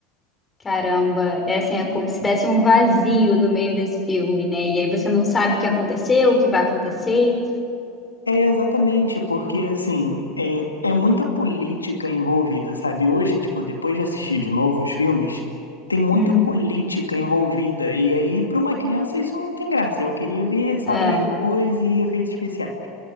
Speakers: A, on the left (about 20°); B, on the left (about 85°).
A: Caramba, é assim, é como se desse um vazio no meio desse filme, né? E aí você não sabe o que aconteceu, o que vai acontecer.
B: É exatamente, porque assim, é, é muita política envolvida, sabe? Hoje, tipo, depois de assistir de novo os filmes, tem muita
A: Uhum,
B: política envolvida. E aí, para uma criança, isso não tem graça. Eu queria ver sabres
A: é.
B: de luz e efeitos especiais.